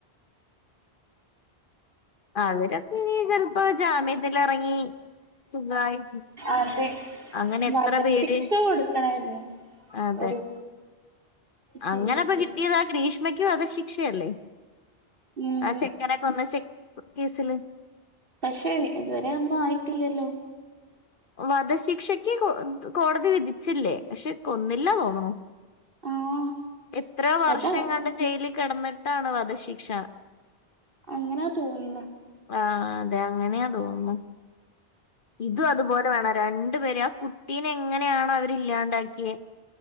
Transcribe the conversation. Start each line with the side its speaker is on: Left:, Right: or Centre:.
Left: അവര്പ്പീ ചിലപ്പോ ജാമ്യത്തി ഇറങ്ങി സുഖായി
Right: അതെ
Left: അങ്ങനെ എത്ര
Right: വധശിക്ഷ
Left: പേര്?
Right: കൊടുക്കണായിരുന്നു
Left: അതെ
Right: ഒരു ചെയ്തിട്ടുണ്ട്
Left: അങ്ങനെ ഇപ്പൊ കിട്ടിയത ഗ്രീഷ്മയ്ക്കും വധ ശിക്ഷയല്ലേ
Right: ഉം
Left: ആ ചെക്കനേക്കൊന്ന ചെക്ക് കേസില്.
Right: പക്ഷെ ഇതുവരെ ഒന്നും ആയിട്ടില്ലല്ലോ?
Left: വധശിക്ഷയ്ക്ക് കോടതി വിധിച്ചില്ലേ പക്ഷെ കൊന്നില്ല തോന്നണു
Right: ആഹ്
Left: എത്രയോ വർഷം
Right: അതാ
Left: എങ്ങാണ്ട് ജയിലിൽ കിടന്നിട്ടാണ് വധശിക്ഷ.
Right: അങ്ങനാ തോന്നുന്നേ?
Left: ആഹാ അതെ അങ്ങനെയാ തോന്നുന്നു ഇതും
Right: ഉം
Left: അതുപോലെ വേണം രണ്ടു പേര ആ കുട്ടീനെ എങ്ങനെയാണോ അവരി ഇല്ലാണ്ടാക്കിയേ?